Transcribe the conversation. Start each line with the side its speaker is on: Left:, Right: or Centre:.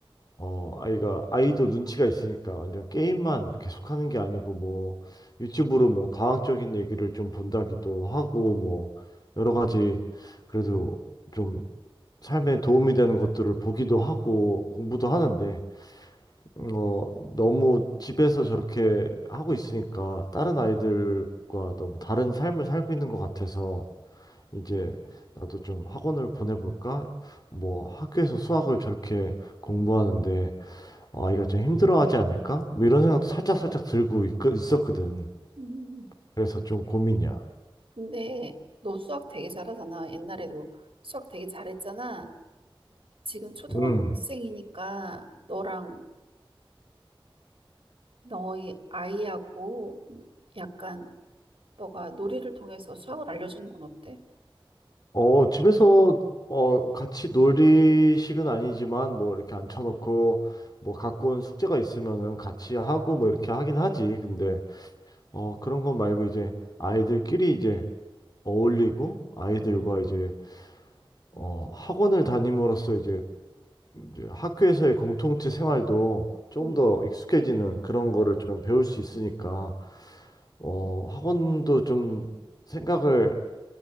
Left: 어, 아이가, 아이도 눈치가 있으니까 완전 게임만 계속하는 게 아니고, 뭐, 유튜브로 뭐, 과학적인 얘기를 좀 본다기도 하고, 뭐, 여러 가지, 그래도 좀 삶에 도움이 되는 것들을 보기도 하고, 공부도 하는데, 음, 어, 너무 집에서 저렇게 하고 있으니까, 다른 아이들과 너무 다른 삶을 살고 있는 것 같아서, 이제, 나도 좀 학원을 보내볼까? 뭐, 학교에서 수학을 저렇게 공부하는데, 아, 이거 좀 힘들어하지 않을까? 뭐 이런 생각도 살짝살짝 들고 있, 있었거든.
Right: 음. <laughs>
Left: 그래서 좀 고민이야.
Right: 근데 너 수학 되게 잘하잖아. 옛날에도 수학 되게 잘했잖아. 지금 초등학생이니까
Left: 음,
Right: 너랑 너희 아이하고 약간 너가 놀이를 통해서 수학을 알려주는 건 어때?
Left: 어, 집에서, 어, 같이 놀이식은 아니지만, 뭐, 이렇게 앉혀놓고, 뭐, 갖고 온 숙제가 있으면은 같이 하고, 뭐, 이렇게 하긴 하지. 근데, 어, 그런 건 말고, 이제, 아이들끼리 이제 어울리고, 아이들과
Right: 음,
Left: 이제, 어, 학원을 다님으로써 이제, 이제 학교에서의 공동체 생활도 좀
Right: 음,
Left: 더 익숙해지는 그런 거를 좀 배울 수 있으니까, 어, 학원도 좀 생각을